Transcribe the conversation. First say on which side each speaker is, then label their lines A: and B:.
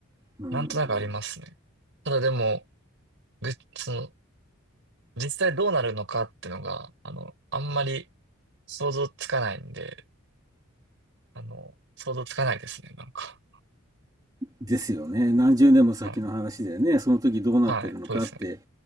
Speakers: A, on the right; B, on the right.
A: うん。
B: なんとなくありますね。ただでも、ぐ、その、実際どうなるのかってのが、あの、あんまり想像つかないんで、あの、想像つかないですね、なんか。
A: ですよね。何十年も先の話でね、
B: はい。
A: その時どうなってるのかって
B: はい。そうですね。